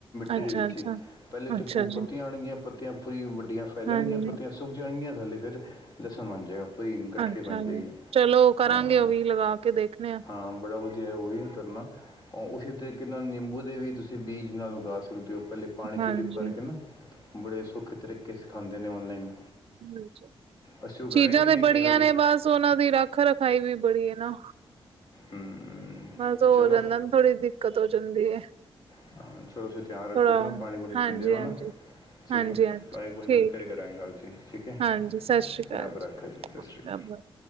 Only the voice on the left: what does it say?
ਟੀ
ਦੇ ਵਿੱਚ
ਹੀ ਪਹਿਲੇ ਉੱਥੇ
ਪਤੀਆਂ
ਆਣਗੀਆਂ ਪ ਪੱਤੀਆਂ ਪੂਰੀ ਵੱਡੀਆਂ ਫੈਲ ਜਾਣਗੀਆਂ
ਪੱਤੀਆਂ ਸੁੱਕ ਜਾਣਗੀਆਂ ਥੱਲੇ ਫਿਰ ਲੱਸਣ ਬਣ ਜਾਵੇਗਾ ਕੋਈ ਗੱਠੜ
ਬਣ ਜਾਏਗੀ
ਹਾਂ
ਹਾਂ ਬੜਾ ਵਧੀਆ ਉਹ ਵੀ ਕਰਨਾ ਉਸੇ ਤਰੀਕੇ ਨਾਲ ਨਿੰਬੂ ਦੇ ਵੀ ਤੁਸੀਂ ਬੀਜ ਨਾਲ ਉਗਾ ਸਕਦੇ ਹੋ ਪਹਿਲੇ ਪਾਣੀ ਚ
ਡਿਪ ਕਰਕੇ ਨਾ ਬੜੇ ਸੌਖੇ ਤਰੀਕੇ ਸਿਖਾਉਂਦੇ ਨੇ ਔਨਲਾਈਨ
ਅਸੀਂ ਉਗਾਏ
ਵੀ ਨੇ
ਕਈ
ਵਾਰੀ
ਹੂੰ
ਚਲੋ
ਹਾਂ, ਚਲੋ ਤੁਸੀਂ ਧਿਆਨ ਰੱਖੋ
ਆਪਣਾ ਪਾਣੀ ਪੂਣੀ
ਪੀਂਦੇ ਰਹੋ
ਨਾ ਠੀਕ
ਹੈ
ਬਾਕੀ ਕੋਈ ਨਾ
ਫਿਰ ਕਰਾਂਗੇ
ਗੱਲ ਜੀ ਠੀਕ ਹੈ
ਰੱਬ ਰੱਖਾ
ਸਤਿ ਸ਼੍ਰੀ ਅਕਾਲ